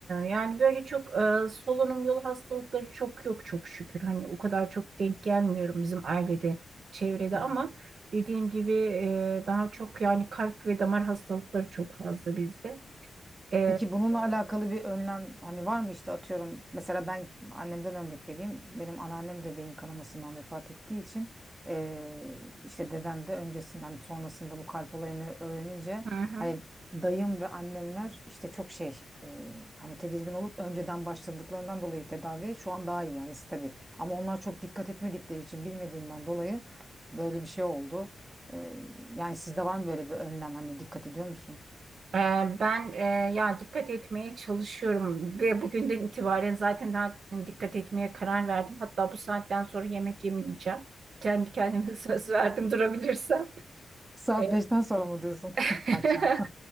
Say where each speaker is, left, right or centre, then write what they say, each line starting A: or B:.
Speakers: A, on the right (about 60°); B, on the right (about 20°).
A: yani böyle çok e, solunum yolu hastalıkları çok yok çok şükür. Hani o kadar çok denk gelmiyorum bizim ailede, çevrede
B: Hmm.
A: ama dediğim gibi e, daha çok yani kalp ve damar hastalıkları çok fazla bizde. E,
B: Peki bununla alakalı bir önlem hani var mı işte atıyorum mesela ben annemden örnek vereyim benim anneannem de beyin kanamasından vefat ettiği için eee, işte dedem de öncesinde hani sonrasında bu kalp olayını öğrenince
A: hı hı.
B: hani dayım ve annemler işte çok şey eee, hani tedirgin olup önceden başladıklarından dolayı tedavi şu an daha iyi yani stabil ama onlar çok dikkat etmedikleri için bilmediğinden dolayı böyle bir şey oldu. Eee, yani sizde var mı böyle bir önlem hani dikkat ediyor musunuz?
A: Ee, Ben e, ya dikkat etmeye çalışıyorum ve bugünden itibaren zaten daha e, dikkat etmeye karar verdim. Hatta bu saatten sonra yemek yemeyeceğim. Kendi kendime <laughs> söz verdim durabilirsem.
B: Saat
A: Ee,
B: beşten sonra mı diyorsun
A: <laughs>
B: <laughs> akşam?